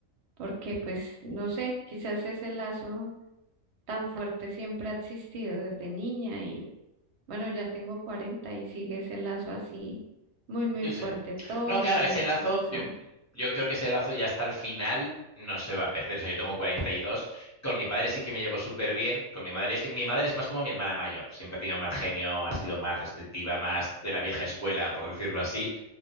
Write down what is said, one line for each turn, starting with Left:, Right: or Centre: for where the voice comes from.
Right: porque pues no sé, quizás ese lazo tan fuerte siempre ha existido desde niña y bueno, ya tengo 40 y sigue ese lazo así muy, muy
Left: Sí,
Right: fuerte.
Left: sí.
Right: Todos
Left: No,
Right: los
Left: claro,
Right: días
Left: ese lazo,
Right: conversamos.
Left: yo, yo creo que ese lazo ya hasta el final no se va a perder. O sea, yo tengo 42. Con mi padre sí que me llevo súper bien. Con mi madre es que mi madre es más como mi hermana mayor. Siempre ha tenido mal genio, ha sido más restrictiva, más de la vieja escuela, por decirlo así.